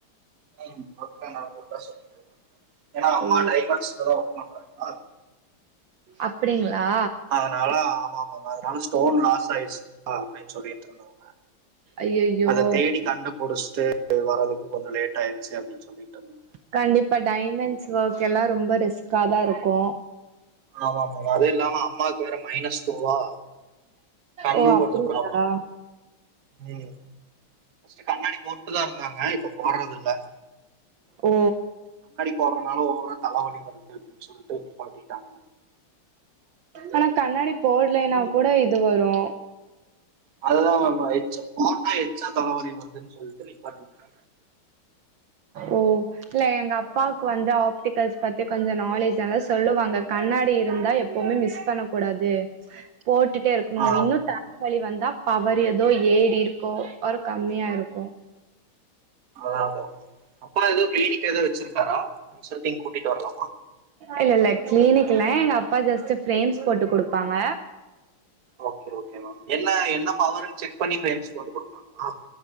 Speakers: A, on the right; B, on the right.
A: ம் ஓக்கேங்க <inaudible> சொல் ஏன்னா அம்மா
B: ஓ
A: டைமண்ட்ஸ்லதா ஒர்க் பண்றாங்க்ளா
B: அப்புடிங்களா
A: அதனால ஆம்மா மேம் அதனால ஸ்டோன்லாஸ் ஆய்ட்ச் அப்டின் சொல்லி சொன்வருங்க
B: ஐயையோ
A: அத தேடி கண்டுபுடிச்சுட்டு க்கு வறதுக்குகொஞ்சொ லேட் ஆயிடுச்சு அப்டின் சொல்லிட்டுருந்தாங்க
B: கண்டிப்பா டைமண்ட்ஸ் ஒர்க்கெல்லா ரொம்ப ரிஸ்க்காதா இருக்கூ
A: ஆம்மா மேம் அது இல்லாம அம்மாக்கு வேற மைனஸ் டூவா கண்ணும்
B: ஓ அப்டிங்களா
A: கொஞ்சொ ப்ராப்ளொ ம் பஃஸ்ட் கண்ணாடி போட்டுதா இருந்தாங்க இப்ப போட்றதுல்ல
B: ஓ
A: போற்றனால ஓவ்வொரா தலவலி வருது அப்படின்னு சொல்ட்டு நிப்பாட்டிடாங்க
B: ஆனா கண்ணாடி போட்லைன்னா கூட இதுவரூ
A: அதுதா மேம் அ எச்சா போட்டா எக்ஸ்டா தலவலி வருதுன் சொல்ட்டு நிப்பாட்டிடா
B: ஓ இல்ல எங்க அப்பாக்கு வந்து ஆப்டிகல்ஸ் பத்தி கொஞ்ச நாலேஜ் அனா சொல்லுவாங்க கண்ணாடி இருந்தா எப் எப்பவுமே மிஸ் பண்ணக்கூடாது போட்டுட்டே இருக்குணு
A: ஆ
B: இன்னு தலவலி வந்தா பவர் எதோ ஏறிஇருக்கூ ஒரு கம்மியாருக்கூ
A: அதா அதா அப்பா எதோ கிளினிக் எதோ வச்சிருக்காரா கன்சல்ட்டிங் கூட்டிட்டு வர்லாமா
B: இல்ல இல்ல கிளீனிக் இல்ல எங்க அப்பா ஜஸ்ட் பிரேம்ஸ் போட்டுகுடுப்பாங்க
A: ஓக்கே ஓக்கே மேம் என்ன என்ன பவர்ருன் செக் பண்ணி பிரேம்ஸ் போட்டு குடுப்பாங்களா